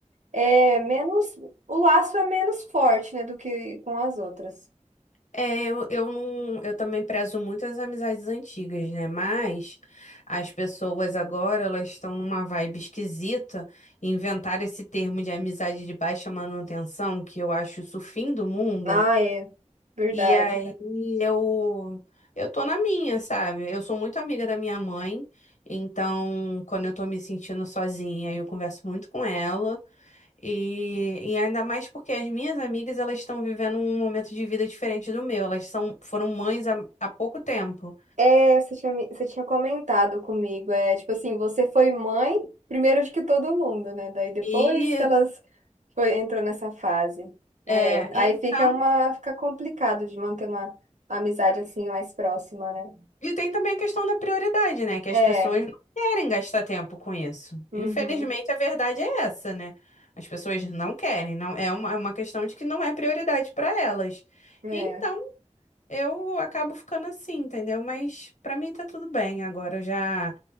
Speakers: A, on the right (about 80°); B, on the left (about 75°).
A: é menos, o laço é menos forte, né, do que com as outras.
B: É, eu, eu não, eu também prezo muito as amizades antigas, né? Mas as pessoas agora, elas estão numa vibe esquisita, inventaram esse termo de amizade de baixa manutenção, que eu acho isso o fim do mundo.
A: Ah, é, verdade.
B: E aí eu eu tô na minha, sabe? Eu sou muito amiga da minha mãe, então quando eu tô me sentindo sozinha, eu converso muito com ela. E, e ainda mais porque as minhas amigas elas estão vivendo um momento de vida diferente do meu. Elas são, foram mães há, há pouco tempo.
A: É, você tinha, me- você tinha comentado comigo, é, tipo assim, você foi mãe primeiro de que todo mundo, né? Daí depois
B: E
A: que elas foi, entrou nessa fase. É,
B: é, então,
A: aí fica uma, fica complicado de manter uma amizade assim mais próxima, né?
B: e tem também a questão da prioridade, né? Que as
A: É,
B: pessoas não querem gastar tempo com isso.
A: uhum,
B: Infelizmente, a verdade é essa, né? As pessoas não querem, não é uma, é uma questão de que não é prioridade para elas.
A: é.
B: Então, Eu acabo ficando assim, entendeu? Mas pra mim tá tudo bem. Agora eu já.